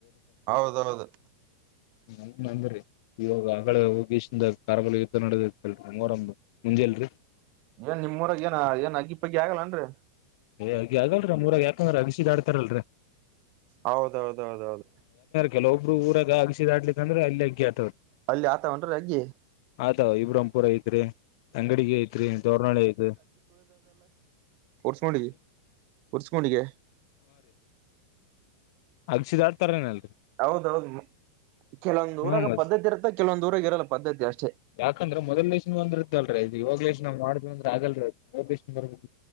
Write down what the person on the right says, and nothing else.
ಹೌದೌದು
ಏನ್ ನಿಮ್ ಊರಾಗ ಏನ ಏನ್ ಅಗ್ಗಿಪ್ಪಗಿ ಆಗಲ್ಲನ್ರೀ
ಹೌದೌದೌದೌದು
ಅಲ್ಲಿ ಆತಾವೇನ್ರೀ ಅಗ್ಗಿ
ಕೊಂಡಿ ಉರ್ಸ್ಕೊಂಡಿಗೆ
ಹೌದೌದು ಕೆಲವೊಂದ್ ಊರಾಗ
ಪದ್ದತಿ ಇರುತ್ತ ಕೆಲವಂದ್ ಊರಾಗ ಇರಲ್ಲ ಪದ್ಧತಿ ಅಷ್ಟೆ